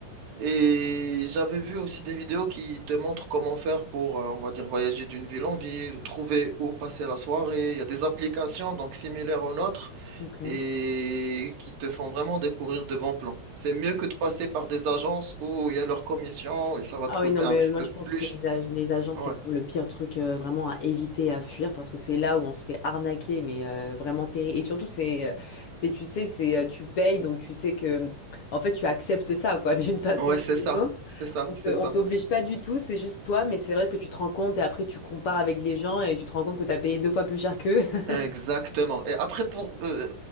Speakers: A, on the right; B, on the left.
A: Et j'avais vu aussi des vidéos qui te montrent comment faire pour, euh, on va dire, voyager d'une ville en ville ou trouver où passer la soirée. Il y a des applications donc similaires aux nôtres
B: ok.
A: et qui te font vraiment découvrir de bons plans. C'est mieux que de passer par des agences où il y a leur commission et ça va
B: Ah
A: te coûter
B: oui, non, mais
A: un petit
B: euh, moi
A: peu
B: je pense
A: plus.
B: que les, ag- les agents,
A: Ouais,
B: c'est vraiment le pire truc euh, vraiment à éviter, à fuir, parce que c'est là où on se fait arnaquer, mais euh, vraiment terrible. Et surtout, c'est, euh, c'est, tu sais, c'est, euh, tu payes, donc tu sais que, en fait, tu acceptes ça, quoi, <laughs> d'une façon
A: ouais, c'est
B: ou
A: ça,
B: d'une autre.
A: c'est ça,
B: On
A: c'est
B: te-
A: ça.
B: on t'oblige pas du tout, c'est juste toi, mais c'est vrai que tu te rends compte et après tu compares avec les gens et tu te rends compte que tu as payé deux fois plus cher qu'eux. <laughs>
A: Exactement. Et après, pour euh,